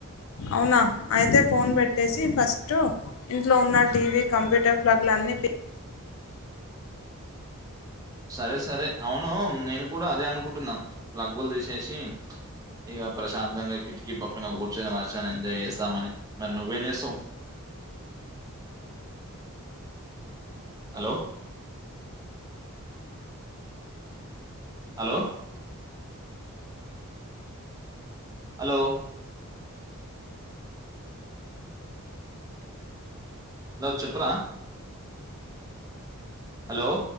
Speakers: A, on the left; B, on the right.
A: అవునా అయితే ఫోన్ పెట్టేసి ఫస్టు ఇంట్లో ఉన్న టీ వీ, కంప్యూటర్ ప్లగ్లు అన్ని తీ
B: సరే సరే అవును నేను కూడా అదే అనుకుంటున్నం, ప్లగ్గులు తీసేసి ఇగ ప్రశాంతంగా కిటికీ పక్కన కూర్చొని వర్షాన్ని ఎంజాయ్ చేస్సామని మరి నువ్వేం చేస్సావ్ హలో హలో హలో హలో చెప్పురా హలో